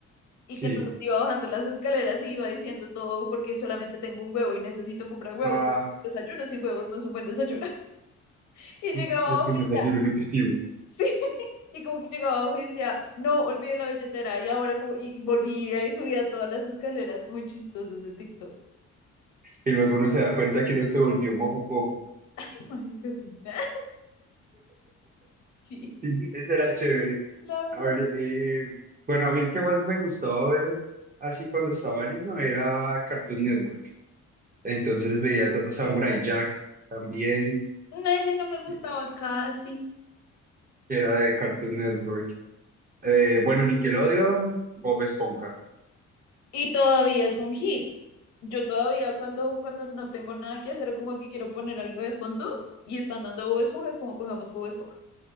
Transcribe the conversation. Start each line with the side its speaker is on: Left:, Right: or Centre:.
Left: Y
Right: Sí,
Left: que entonces iba bajando las escaleras y iba diciendo todo porque solamente tengo un huevo y necesito comprar huevos.
Right: ah,
Left: Desayuno sin huevos no es un buen desayuno. <laughs> Y
Right: sí,
Left: llegaba abajo
Right: es un
Left: y
Right: desayuno
Left: decía,
Right: nutritivo.
Left: sí. <laughs> Y como que llegaba abajo y decía, no, olvidé la billetera. Y ahora como, y, y volvía y subía todas las escaleras. Muy chistoso ese TikTok. <laughs>
Right: Y luego uno se da cuenta que uno se volvió mojojojo.
Left: Sí, marica, sí. <laughs> Sí,
Right: Sí, Eso era chévere.
Left: la verdad.
Right: A ver, eh, bueno, a mí el que más me gustaba ver así cuando estaba niño era Cartoon Network. Entonces veía to- Samurai Jack también,
Left: No, Ese no me gustaba
Right: que
Left: casi.
Right: era de Cartoon Network. Eh, bueno, Nickelodeon, Bob Esponja.
Left: Y todavía es un hit. Yo todavía cuando, cuando no tengo nada que hacer o como que quiero poner algo de fondo y están dando Bob Esponja, es como pongamos Bob Esponja.